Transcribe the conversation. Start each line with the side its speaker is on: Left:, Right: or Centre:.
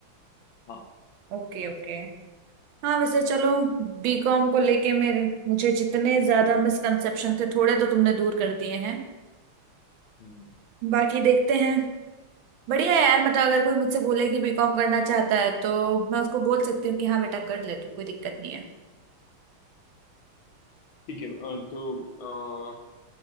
Left: हाँ
Right: Okay okay हाँ वैसे चलो बीकॉम को लेके मेरे मुझे जितने ज्यादा मिसकंसेप्शन थे थोड़े तो तुमने दूर कर दिए हैं
Left: हम्म
Right: बाकी देखते हैं बढ़िया है यार मतलब अगर कोई मुझसे बोले कि बीकॉम करना चाहता है तो मैं उसको बोल सकती हूँ कि हाँ बेटा कर ले तू कोई दिक्कत नहीं है
Left: ठीक है अ, तो अ,